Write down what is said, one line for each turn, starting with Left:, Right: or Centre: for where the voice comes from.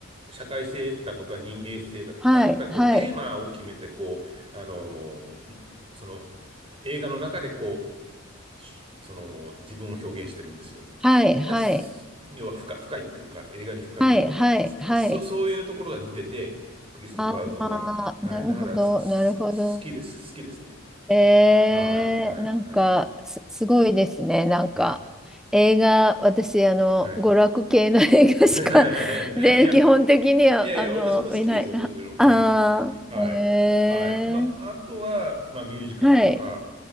Right: 社会性だとか人間性だとか、
Centre: はいはい。
Right: やっぱりこうテーマを決めて、こう、あの、その映画の中でこう、しその自分を表現してるんですよ。
Centre: はい、
Right: だ、
Centre: はい、
Right: す要は深、深いっていうか、映画に深みがあるっていうか、
Centre: はい、はい、はい。
Right: だ、そ、そういうところが似てて、クリストファー・
Centre: ああ、
Right: ノーランか。はい。
Centre: なるほど、
Right: だからす、
Centre: なるほど。
Right: す好きです。好きですね。
Centre: えー、
Right: はい、はい、
Centre: なんかす、
Right: はい、
Centre: すごいですね。なんか、
Right: はい、
Centre: 映画、私、あの、
Right: はい。
Centre: 娯楽系の <laughs> 映画しか、
Right: <laughs>
Centre: <laughs> で、
Right: いや、
Centre: 基本的には、
Right: いやいや、
Centre: あの、
Right: 私も好きですよ、
Centre: 見ない。
Right: そちらも。はい。
Centre: ああー、
Right: はい。
Centre: えー、
Right: はい。まあ、あとは、まあ、ミュージカルとか、
Centre: はい、